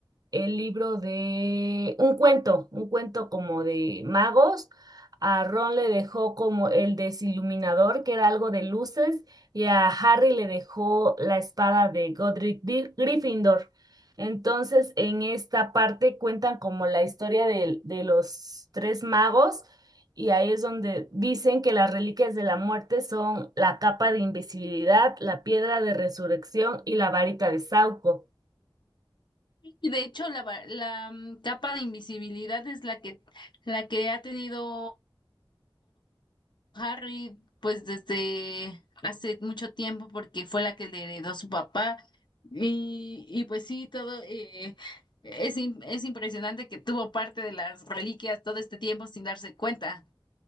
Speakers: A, on the right; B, on the left.
A: el libro de un cuento, un cuento como de magos. A Ron le dejó como el desiluminador, que era algo de luces, y a Harry le dejó la espada de Godric Di- Gryffindor. Entonces, en esta parte cuentan como la historia del- de, los tres magos, y ahí es donde dicen que las reliquias de la muerte son la capa de invisibilidad, la piedra de resurrección y la varita de Sauco.
B: Y de hecho, la, va- la mm, capa de invisibilidad es la que, la que ha tenido Harry, pues desde hace mucho tiempo, porque fue la que le heredó su papá. Y, y pues sí, todo eh, es, im- es impresionante que tuvo parte de las reliquias todo este tiempo sin darse cuenta.